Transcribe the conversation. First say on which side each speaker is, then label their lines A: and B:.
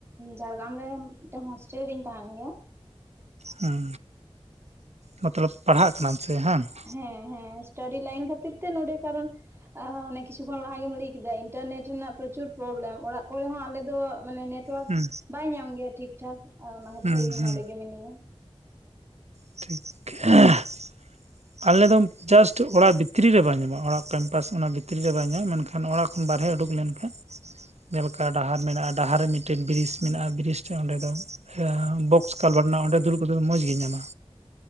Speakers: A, on the right (about 20°); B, on the right (about 75°).
A: ᱡᱷᱟᱲᱜᱨᱟᱢ ᱨᱮ ᱢᱤᱫᱴᱮᱱ ᱦᱳᱥᱴᱮᱞ ᱨᱮᱧ ᱛᱟᱦᱮᱱ ᱜᱮᱭᱟ
B: ᱦᱮᱸ ᱢᱚᱛᱞᱚᱵ ᱯᱟᱲᱦᱟᱜ ᱠᱟᱱᱟᱢ ᱥᱮ ᱦᱮᱸ <unintelligible>
A: ᱦᱮᱸ ᱦᱮᱸ ᱥᱴᱟᱰᱤ ᱞᱟᱭᱤᱱ ᱠᱷᱟᱹᱛᱤᱨ ᱛᱮ ᱱᱚᱰᱮ ᱠᱟᱨᱚᱱᱼᱼ ᱟᱨ ᱦᱚᱸ ᱚᱱᱮᱠ ᱠᱤᱪᱷᱩ ᱠᱷᱚᱱ ᱞᱟᱦᱟ ᱜᱮᱢ ᱞᱟᱹᱭ ᱠᱮᱫᱟ ᱤᱱᱴᱟᱨᱱᱮᱴ ᱨᱮᱱᱟᱜ ᱯᱨᱚᱪᱩᱨ ᱯᱨᱚᱵᱽᱞᱮᱢ ᱚᱲᱟᱜ ᱠᱚᱨᱮ ᱦᱚᱸ ᱟᱞᱮ ᱫᱚᱼᱼ ᱢᱟᱱᱮ ᱱᱮᱴᱣᱟᱨᱠ
B: ᱦᱩᱸ
A: ᱵᱟᱭ ᱧᱟᱢ ᱜᱮᱭᱟ ᱴᱷᱤᱠ ᱴᱷᱟᱠ ᱚᱱᱟ ᱠᱷᱟᱹᱛᱤᱨ
B: ᱦᱩᱸ ᱦᱩᱸ
A: ᱱᱚᱰᱮ ᱜᱮ ᱢᱤᱱᱟᱹᱧᱟ
B: <unintelligible> ᱟᱞᱮᱫ ᱫᱚ ᱡᱟᱥᱴ ᱚᱲᱟᱜ ᱵᱷᱤᱛᱨᱤ ᱨᱮ ᱵᱟᱭ ᱧᱟᱢᱟ ᱚᱲᱟᱜ ᱠᱮᱢᱯᱟᱥ ᱚᱱᱟ ᱵᱷᱤᱛᱨᱤ ᱨᱮ ᱵᱟᱭ ᱧᱟᱢᱟ ᱢᱮᱱ ᱠᱷᱟᱱ ᱠᱷᱟᱱ ᱚᱲᱟᱜ ᱠᱷᱚᱱ ᱵᱟᱨᱦᱮ ᱩᱰᱩᱠ ᱞᱮᱱ ᱠᱷᱟᱱ ᱡᱮᱞᱮᱠᱟ ᱰᱟᱦᱟᱨ ᱢᱮᱱᱟᱜᱼᱟ ᱰᱟᱦᱟᱨ ᱨᱮ ᱢᱤᱫᱴᱮᱱ ᱵᱨᱤᱡᱽ ᱢᱮᱱᱟᱜᱼᱟ ᱵᱨᱤᱡ <unintelligible> ᱚᱸᱰᱮ ᱫᱚᱼᱼ ᱦᱮᱸ ᱵᱚᱠᱥ ᱠᱟᱞᱵᱟᱨ ᱨᱮᱱᱟᱜ ᱚᱸᱰᱮ ᱫᱩᱲᱩᱵ ᱠᱟᱛᱮ ᱢᱚᱸᱡᱽᱜᱤ ᱧᱟᱢᱟ